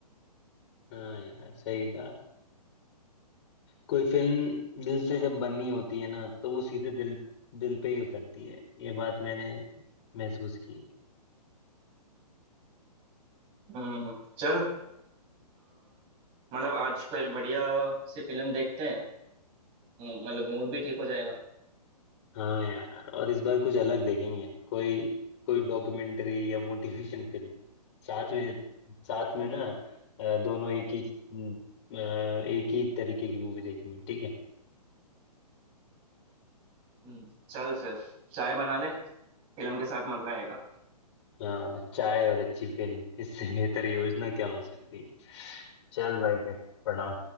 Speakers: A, on the left; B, on the right.
A: हाँ यार सही कहा कोई फिल्म दिल से जब बनी होती है ना तो वो सीधे दिल दिल पे ही उतरती है ये बात मैंने महसूस की है
B: हम्म चल अ, मतलब आज कोई बढ़िया सी फिल्म देखते हैं म- मतलब मूड भी ठीक हो जाएगा
A: हाँ यार और इस बार कुछ अलग देखेंगे कोई कोई डॉक्यूमेंट्री या मोटिवेशन फिल्म साथ में साथ में ना अ, दोनों एक ही अ, एक ही तरीके की मूवी देखेंगे ठीक है
B: हम्म, चल फिर चाय बना ले फिल्म के साथ मजा आएगा
A: हाँ चाय और अच्छी फिल्म इससे बेहतर योजना क्या हो सकती है चल भाई फिर प्रणाम